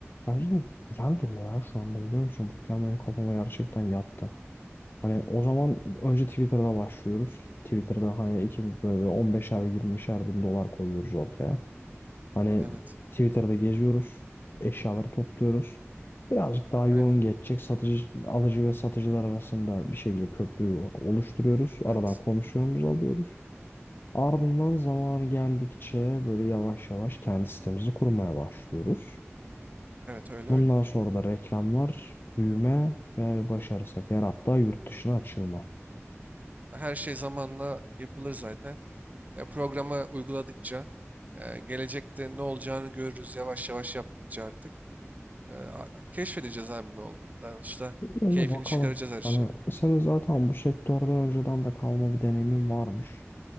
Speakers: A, on the left; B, on the right.
A: Bence de güzel duruyor ya şu anda biliyor musun? Bu plan benim kafama gerçekten yattı. Hani o zaman önce Twitter'da başlıyoruz. Twitter'da hani ikimiz böyle 15'er 20'şer bin dolar koyuyoruz ortaya. Hani
B: Evet.
A: Twitter'da geziyoruz. Eşyaları topluyoruz. Birazcık daha yoğun
B: Aynen.
A: geçecek. Satıcı, alıcı ve satıcılar arasında bir şekilde köprüyü oluşturuyoruz. Aradan
B: Evet.
A: komisyonumuzu alıyoruz. Ardından zamanı geldikçe böyle yavaş yavaş kendi sitemizi kurmaya başlıyoruz.
B: Evet öyle
A: Bundan
B: öyle.
A: sonra da reklamlar, büyüme ve başarırsak eğer hatta yurt dışına açılma.
B: Her şey zamanla yapılır zaten. Ya programı uyguladıkça e, gelecekte ne olacağını görürüz yavaş yavaş yaptıkça artık. E, a- keşfedeceğiz abi ne olduğunu. Yani işte
A: Öyle
B: keyfini
A: bakalım.
B: çıkaracağız her şeyin.
A: Hani senin zaten bu sektörde önceden de kalma bir deneyimin varmış.